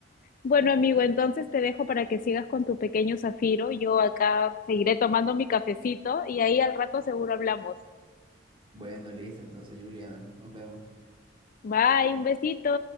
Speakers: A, on the left; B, on the right.
A: Bueno, amigo, entonces te dejo para que sigas con tu pequeño zafiro. Yo acá seguiré tomando mi cafecito y ahí al rato seguro hablamos.
B: Bueno, listo, entonces Juliana, nos vemos.
A: Bye, un besito.